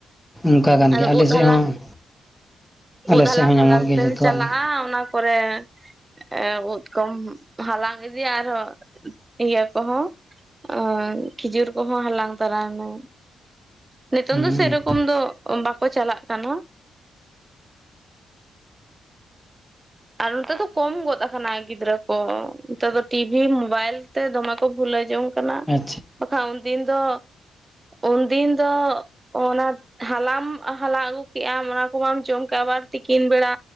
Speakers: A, in the centre; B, on the right.
A: ᱚᱱᱠᱟ ᱠᱟᱱ
B: ᱟᱫᱚ
A: ᱜᱮᱭᱟ ᱟᱞᱮ
B: ᱩᱫ
A: ᱥᱮᱫ
B: ᱦᱟᱞᱟᱝ
A: ᱦᱚᱸ ᱟᱞᱮ
B: ᱩᱫ ᱦᱟᱞᱟᱝ
A: ᱥᱮᱫ ᱦᱚᱸ
B: ᱦᱟᱞᱟᱝ
A: ᱧᱟᱢᱚᱜ ᱜᱮᱭᱟ
B: ᱛᱮᱢ
A: ᱡᱚᱛᱚᱣᱟᱜ
B: ᱪᱟᱞᱟᱜᱼᱟ
A: ᱜᱮ
B: ᱚᱱᱟ ᱯᱚᱨᱮ ᱮᱸ ᱩᱫ ᱠᱚᱢ ᱦᱟᱞᱟᱝ ᱤᱫᱤᱭᱟ ᱟᱨᱦᱚᱸ ᱤᱭᱟᱹ ᱠᱚᱦᱚᱸ <unintelligible> ᱠᱷᱤᱡᱩᱨ ᱠᱚᱦᱚᱸ ᱦᱟᱞᱟᱝ ᱛᱟᱨᱟᱭ ᱢᱮ᱾ ᱱᱤᱛᱚᱝ
A: ᱦᱮᱸ
B: ᱫᱚ ᱥᱮᱨᱚᱠᱚᱢ ᱫᱚ ᱵᱟᱠᱚ ᱪᱟᱞᱟᱜ ᱠᱟᱱᱟ᱾ ᱟᱨ ᱱᱚᱛᱮ ᱫᱚ ᱠᱚᱢ ᱜᱚᱫ ᱟᱠᱟᱱᱟ ᱜᱤᱫᱽᱨᱟᱹ ᱠᱚ ᱱᱮᱛᱟᱨ ᱫᱚ ᱴᱤᱵᱷᱤ ᱢᱵᱟᱭᱤᱞ ᱛᱮ ᱫᱚᱢᱮ ᱠᱚ ᱵᱷᱩᱞᱟ ᱡᱚᱝ ᱠᱟᱱᱟ
A: ᱟᱪᱪᱷᱟ
B: ᱵᱟᱠᱷᱟᱱ ᱩᱱᱫᱤᱱ ᱫᱚ ᱩᱱᱫᱤᱱ ᱫᱚ ᱚᱱᱟ ᱦᱟᱞᱟᱢ ᱦᱟᱞᱟᱝ ᱟᱹᱜᱩ ᱠᱮᱜᱼᱟ ᱚᱱᱟ ᱠᱚ ᱵᱟᱢ ᱡᱚᱢ ᱠᱟᱜ ᱟᱵᱟᱨ ᱛᱤᱠᱤᱱ ᱵᱮᱲᱟ